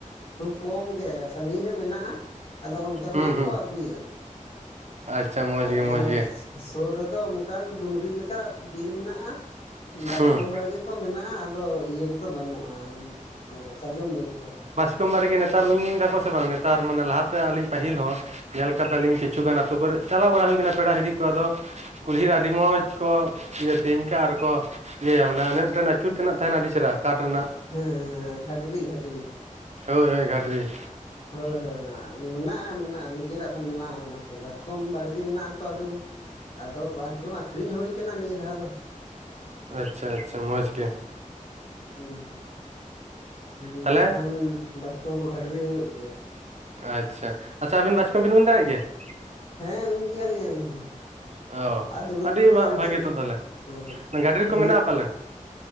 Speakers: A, on the left; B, on the right.
A: ᱠᱷᱩᱵ ᱠᱚᱢ ᱜᱮ ᱥᱟᱺᱜᱤᱧ ᱨᱮ ᱢᱮᱱᱟᱜᱼᱟ ᱟᱫᱚ ᱚᱱᱛᱮ ᱠᱷᱚᱱᱟᱜ
B: ᱦᱩᱸ ᱦᱩᱸ
A: ᱠᱚ ᱟᱹᱜᱩᱭᱟ
B: ᱟᱪᱪᱷᱟ ᱢᱚᱸᱡᱽ
A: ᱟᱫᱚ
B: ᱜᱮ ᱢᱚᱸᱡᱽ ᱜᱮ
A: ᱥᱩᱨ ᱨᱮᱫᱚ ᱚᱱᱠᱟᱱ ᱰᱩᱝᱨᱤ ᱞᱮᱠᱟ ᱵᱤᱨ ᱢᱮᱱᱟᱜᱼᱟ ᱵᱟᱪᱠᱚᱢ
B: ᱦᱩᱸ
A: ᱵᱟᱲᱜᱮ ᱠᱚ ᱢᱮᱱᱟᱜᱼᱟ ᱟᱫᱚ ᱤᱭᱟᱹ ᱠᱚᱫᱚ ᱵᱟᱹᱱᱩᱜᱼᱟ ᱚᱱᱮ ᱥᱟᱨᱡᱚᱢ ᱰᱤᱨ ᱨᱮᱫᱚ
B: ᱥᱩᱛᱟ. ᱢ ᱵᱟᱨᱮᱜᱮ ᱱᱮᱛᱟᱨ ᱩᱭᱤᱧ ᱫᱟᱠᱚ ᱥᱮ ᱵᱟᱝ ᱱᱮᱛᱟᱨ ᱢᱟᱱᱮ ᱞᱟᱦᱟᱛᱮ ᱟᱹᱞᱤᱧ ᱯᱟᱹᱦᱤᱞ ᱦᱚᱸ ᱧᱮᱞ ᱠᱟᱫᱟᱞᱤᱧ ᱠᱤᱪᱷᱩᱩᱜᱟᱱ ᱟᱹᱛᱩ ᱠᱚᱨᱮᱜ ᱪᱟᱞᱟᱣ ᱵᱟᱲᱟ ᱦᱩᱭ ᱠᱟᱱᱟ ᱯᱮᱲᱟ ᱦᱤᱨᱤ ᱠᱚ ᱟᱫᱚ ᱠᱩᱞᱦᱤ ᱨᱮ ᱟᱹᱰᱤ ᱢᱚᱸᱡ ᱠᱚ ᱤᱭᱟᱹ ᱛᱮᱧ ᱠᱟᱜ ᱟᱨᱠᱚ ᱤᱭᱟᱹᱭᱟ ᱢᱟᱱᱮ ᱟᱱᱮ ᱢᱤᱫᱴᱮᱱ ᱟ ᱟᱹᱪᱩᱨ ᱛᱮᱱᱟᱜ ᱛᱟᱦᱮᱱᱟ ᱟᱹᱰᱤ ᱪᱮᱨᱦᱟ ᱠᱟᱴ ᱨᱮᱱᱟᱜ
A: ᱦᱮᱸ ᱦᱮᱸ ᱜᱷᱟᱰᱨᱤ ᱜᱷᱟᱰᱨᱤ
B: ᱦᱳᱭ ᱦᱳᱭ ᱜᱷᱟᱰᱨᱤ
A: ᱦᱳᱭ ᱦᱳᱭ ᱢᱮᱱᱟᱜᱼᱟ ᱢᱮᱱᱟᱜᱼᱟ ᱱᱤᱡᱮᱨᱟᱜ ᱫᱚ ᱢᱮᱱᱟᱜᱼᱟ ᱚᱱᱟ ᱠᱚ ᱵᱟᱪ ᱼᱼᱠᱚᱢ ᱵᱟᱲᱜᱮ ᱢᱮᱱᱟᱜ ᱛᱚ ᱟᱹᱰᱤ ᱟᱫᱚ ᱵᱟᱪᱠᱚᱢ ᱟᱠᱠᱷᱨᱤᱧ ᱦᱩᱭ ᱠᱟᱱᱟ ᱱᱤᱭᱟᱹ ᱫᱷᱟᱣ ᱫᱚ
B: ᱟᱪᱪᱷᱟ ᱟᱪᱪᱷᱟ ᱢᱚᱸᱡ ᱜᱮ
A: ᱦᱩᱸ ᱦᱩᱸ
B: ᱛᱟᱦᱚᱞᱮ
A: ᱵᱟᱠᱷᱟᱱ ᱵᱟᱪᱠᱚᱢ ᱠᱚ ᱜᱷᱟᱰᱨᱤ ᱦᱩᱭᱩᱜ ᱜᱮᱭᱟ
B: ᱟᱪᱪᱷᱟ ᱟᱪᱪᱷᱟ ᱟᱹᱵᱤᱱ ᱵᱟᱪᱠᱚᱢ ᱵᱤᱱ ᱩᱧ ᱫᱟᱲᱮᱭᱟᱜ ᱜᱮᱭᱟ?
A: ᱦᱮᱸ ᱩᱧ ᱜᱮᱭᱟᱞᱤᱧ ᱟᱹᱞᱤᱧ ᱦᱚᱸ
B: ᱚ
A: ᱟᱨ ᱫᱩᱲᱩᱵ
B: ᱟᱹᱰᱤ
A: ᱫᱩᱲᱩᱵ ᱚᱲᱟᱜ ᱨᱮ
B: ᱵᱷᱟᱜᱮ
A: ᱪᱮᱫ ᱵᱤᱱ
B: ᱛᱚ ᱛᱟᱦᱚᱞᱮ
A: ᱦᱮᱸ
B: ᱜᱟᱹᱰᱨᱤ
A: ᱫᱩᱲᱩᱵ
B: ᱠᱚ ᱢᱮᱱᱟᱜᱼᱟ ᱯᱟᱞᱮᱱ